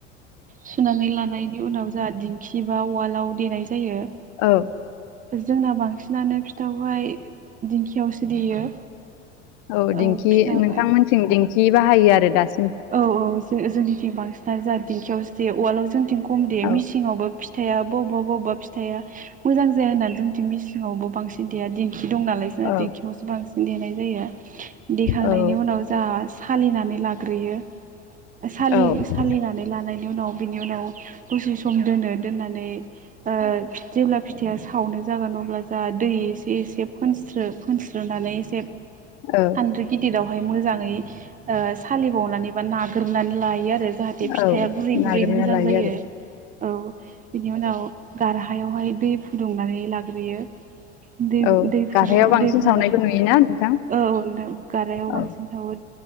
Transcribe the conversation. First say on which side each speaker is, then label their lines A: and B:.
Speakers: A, on the right; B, on the left.
A: सुनानै लानायनि उनाव जाहा दिंखि बा उवालाव देनाय जायो।
B: औ।
A: जोंना बांसिनानो फिथाखौहाय दिंखियावसो देयो।
B: औ
A: ओ
B: दिंखि
A: फिथा
B: नोंथांमोनथिं दिंखि बाहायो आरो दा
A: औ औ जों जोंनिथिं बांसिनानो जाहा दिंखियावसो उवालाव जोंनिथिं खम देयो
B: औ
A: मिसिङावबो फिथाया बबेबा बबेबा फिथाया मोजां जाया होनना जोंनिथिं मिसिङावबो बांसिन देया। दिंखि दं नालाय जोंहा
B: औ
A: दिंखियावसो बांसिन देनाय जायो। देखांनायनि
B: औ
A: उनाव जाहा सालिनानै लाग्रोयो। सालि
B: औ ओं
A: सालिनानै लानायनि उनाव बिनि उनाव दसे सम दोनो दोननानै ओ जेब्ला फिथाइया सावनो जागोन अब्ला जा दै एसे एसे फोनस्रो फोनस स्रोनानै एसे सान्द्रि
B: औ
A: गिदिरावहाय मोजाङै ओ सालिबावनानै बा नाग्रोबनानै लायो आ रो जाहाथे फिथाइआ
B: औ
A: गुरै
B: नागिरना
A: गुरै मोजां
B: लायो
A: जायो
B: आरो
A: औ बिनि उनाव गारहायावहाय दै फुदुंनानै लाग्रोयो। दै ब
B: औ
A: दै फुदु
B: गारहायाव बांसिन
A: दै फुदुं
B: सावनायखौ नुयोना नोंथां
A: औ औ नोंनां गारायाव
B: औ
A: बांसिन सावो